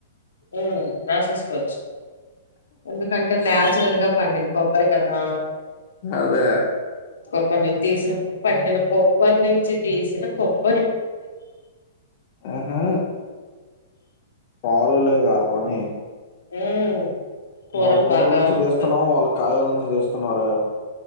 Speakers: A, on the left; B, on the left.
A: ఉమ్ రాసేసుకోవచ్చు ఎందుకంటే నాచురల్ గా పండిన కొబ్బరి కదా
B: అదే
A: కొబ్బర్ <unintelligible> తీసిన పండిన కొబ్బరి నుంచి తీసిన కొబ్బ
B: ఆహా పాలూ లే వాల పని
A: ఉమ్ కూరలు
B: మనం పూల
A: బాగా
B: నుంచి
A: వండుతారు
B: తీస్తున్నాం వాళ్ళ కాయల ను తీస్తున్నారా